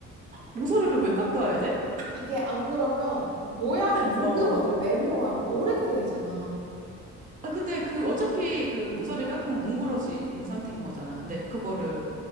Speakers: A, on the right; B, on the right.
A: 모서리를 왜 깎아야 돼?
B: 이게 안 그러면 모양이 뭉그러져
A: 어.
B: 네모로 하면 오래 끓이잖아
A: 아, 근데 그, 어차피 그 모서리를 깎으면 뭉그러진 상태인 거잖아. 근데 그거를,